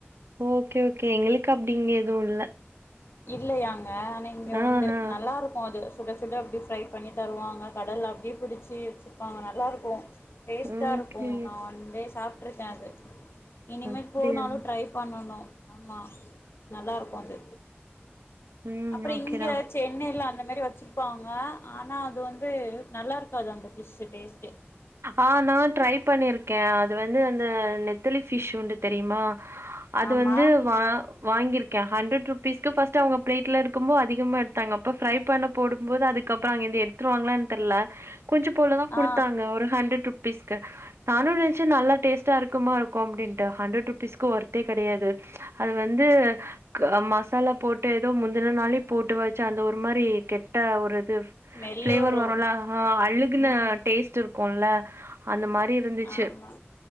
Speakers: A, on the right; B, on the left.
A: ஓகே ஓகே எங்ளுக்கு அப்படிங்க தூ இல்ல
B: இல்லையாங் ஆனா இங்க
A: ஆஹா,
B: உண்டு நல்லா இருக்கூ அது சுடச் சுட அப்டி ஃப்ரை பண்ணி தருவாங்க கடல்ல அப்டியே பிடிச்சி வச்சிப்பாங்க நல்லாருக்கூ டேஸ்ட்டாருக்கூ
A: ஓகே
B: நா ஒன்டே சாப் ட்ருக்கே அது இனிமேல்
A: அப்படியா?
B: போனாலூ ட்ரை பண்ணணூ ஆமா நல்லா இருக்கும் அது
A: ம்
B: அப்பற
A: ஓகேடா.
B: இங்க சென்னைல அந்த மாரி வச்சிருப்பாங்க ஆனா அது வந்து நல்லா இருக்காது அந்த ஃபிஷு டேஸ்ட்டே
A: ஆ நா ட்ரை பண்ணிருக்கே அது வந்து அந்த நெத்தலி ஃபிஷ் உண்டு தெரியுமா அது
B: ஆமா
A: வந்து வா வாங்கிருக் ஹண்ட்ரட் ருபீஸ்க்கு ஃபஸ்ட் அவங்க பிளேட்ல எடுக்கும்போ அதிகமா எடுத்தாங்க அப்ப ஃப்ரை பண்ண போடும் போது அதுக்கப்பறோ அங்கேருந்து எடுத்துருவாங்களானு தெர்ல கொஞ்சோ போல தா குடுத்தாங்க
B: ஆ
A: ஒரு ஹண்ட்ரட் ருபீஸ்க்கு நானு நெனச்ச நல்லா இருக்கும் போல இருக்கும் அப்டின்ட்டு ஹண்ட்ரட் ருபீஸ்க்கு ஒர்த்தே கெடையாது அது வந்து க மசாலா போட்டு எதோ முந்தன நாளே போட்டு வச்சா அந்த ஒரு மாதிரி கெட்ட ஒரு <unintelligible>
B: ஸ்மெல்லு
A: ஃப்ளேவர்
B: வரு
A: வருல ஆ அழுகுன
B: ம்
A: டேஸ்ட் இருக் கொள்ள அந்த மாதிரி இருந்துச்சு
B: ஆமா